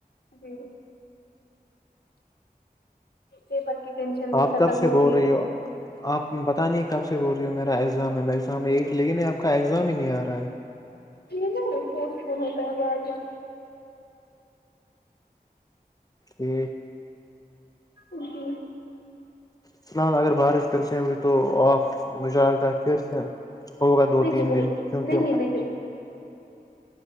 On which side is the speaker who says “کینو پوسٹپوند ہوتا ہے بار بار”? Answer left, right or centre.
Left